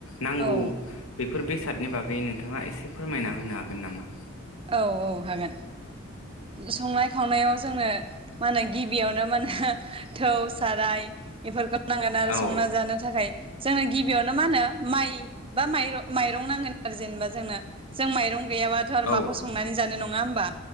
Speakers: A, on the left; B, on the right.
A: नांगौ
B: औ
A: बे बेफोर बेसादनि बागै नोंथाङा एसे फोरमायना होनो हागोन नामा?
B: औ औ हागोन संनाय खावनायाव जोंनो मा होनो गिबियावनो मा होनो थौ साराय बेफोरखौ नांगोन आरो
A: औ
B: संना जानो थाखाय जोंनो गिबियावनो मा होनो माइ बा माइर माइरं नांगोन आरो जेनेबा जोंनो जों माइरं गैयाबाथ' आरो
A: औ
B: माखौ संनानै जानो नङा होमबा